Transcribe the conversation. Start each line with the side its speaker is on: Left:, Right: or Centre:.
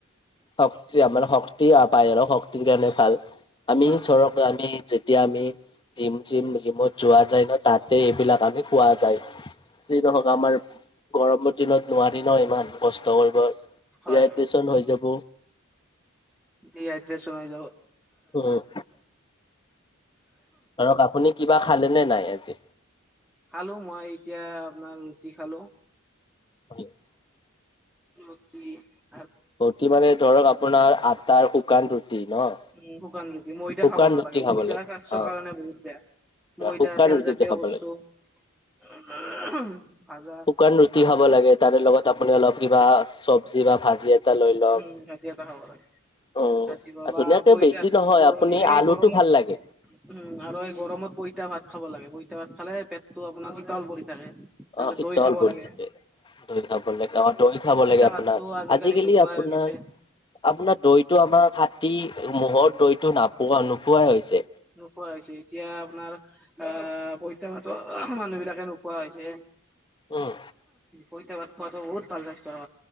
Left: শক্তি আমাৰ শক্তি বাহিৰৰ শক্তিৰ কাৰণে ভাল আমি
Centre: ভাল
Left: চৰ আমি যেতিয়া আমি জিম চিম জিমত যোৱা যায় ন তাতে এইবিলাক আমি খোৱা যায়। যি নহওক আমাৰ গৰমৰ দিনত নোৱাৰি ন ইমান। কষ্ট কৰিব
Centre: হয়
Left: ৰেডিছন হৈ যাব।
Centre: কি আদ্ৰে চলাই য
Left: অ' ধৰক আপুনি কিবা খালে নে নাই আজি?
Centre: খালো মই এতিয়া আপোনাৰ ৰুটি খালো।
Left: <unintelligible>
Centre: নি <unintelligible>
Left: ৰুটীমানে ধৰক আপোনাৰ আটাৰ শুকান ৰুটি ন?
Centre: উম শুকান ৰুটি ময়দা
Left: শুকান
Centre: খাব নালাগে
Left: ৰুটি খাব
Centre: ময়দা
Left: লাগে।
Centre: স্বাস্থ্যৰ
Left: অ',
Centre: কাৰণে বহুত বেয়া। ময়দা
Left: শুকান
Centre: তেলজাতীয়
Left: ৰুটিটো খাব
Centre: বস্তু
Left: লাগে।
Centre: <unintelligible> ভাজা
Left: শুকান ৰুটি
Centre: ভাজা।
Left: খাব লাগে তাৰে লগত আপুনি অলপ কিবা চবজী ভাজি এটা লৈ লওক।
Centre: উম ভাজি এটা খাব লাগে
Left: অহ
Centre: ৰাতিপুৱা বা
Left: ধুনীয়াকে
Centre: পইতা
Left: বেছি নহয়
Centre: প
Left: আপুনি
Centre: এই
Left: আলুটো
Centre: গৰমত
Left: ভাল লাগে।
Centre: উম আৰু এই গৰমত পইতা ভাত খাব লাগে পইতা ভাত খালে পেটটো আপোনাৰ হিতলতল পৰি থাকে। এনেকে
Left: অ শীতল
Centre: দৈ খাব
Left: পৰি
Centre: লাগে
Left: থাকে দৈ খাব লাগে। অ দৈ খাব
Centre: পইতা
Left: লাগে আপোনাৰ
Centre: ভাতটো
Left: আজিকালি
Centre: নোহোৱা
Left: আপোনাৰ
Centre: হৈ গৈছে
Left: আপোনাৰ দৈতটো আমাৰ খাতী মহৰ দৈটো নাপোৱা নোপোৱাই হৈছে।
Centre: নোপোৱা হৈছে এতিয়া আপোনাৰ আহ পইতা ভাতৰ মানুহ বিলাকে নোখোৱা হৈছে
Left: উম,
Centre: পইতা ভাত। ম বহুত ভাল লাইষ্ট